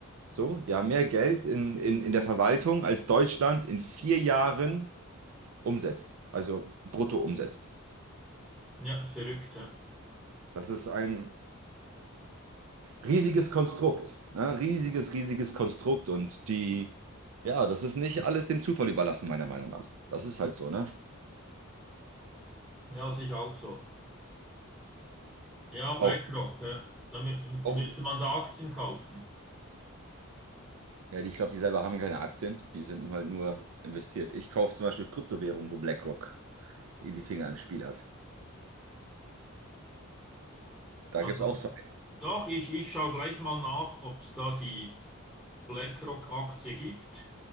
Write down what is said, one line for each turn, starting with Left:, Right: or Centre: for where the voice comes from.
Right: so, die haben mehr Geld in, in, in der Verwaltung, als Deutschland in vier Jahren umsetzt. Also brutto umsetzt.
Centre: Ja, verrückt. Ja,
Right: Das ist ein riesiges Konstrukt. Ne? Riesiges, riesiges Konstrukt. Und die, ja, das ist nicht alles dem Zufall überlassen, meiner Meinung nach. Das ist halt so, ne?
Centre: ja sehe ich auch so. Ja, BlackRock.
Right: Auch,
Centre: Ja. Da mü-
Right: auch
Centre: müsste man da Aktien kaufen.
Right: Ja, die, ich glaube, die selber haben keine Aktien, die sind halt nur investiert. Ich kaufe zum Beispiel Kryptowährungen, wo BlackRock die Finger im Spiel hat. Da
Centre: Also
Right: gibt es auch so
Centre: doch, ich, ich schaue gleich mal nach, ob es da die BlackRock-Aktie gibt.